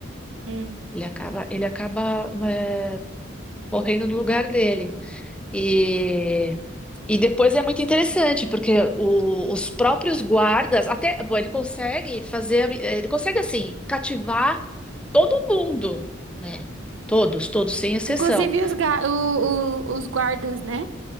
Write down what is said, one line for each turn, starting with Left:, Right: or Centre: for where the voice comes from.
Right: hum.
Centre: Ele acaba, ele acaba é, morrendo no lugar dele. E, e depois é muito interessante, porque o- os próprios guardas, até, bom, ele consegue fazer, ele consegue, assim, cativar todo mundo, né? Todos, todos, sem exceção.
Right: Inclusive os, ga- o- o- os guardas, né?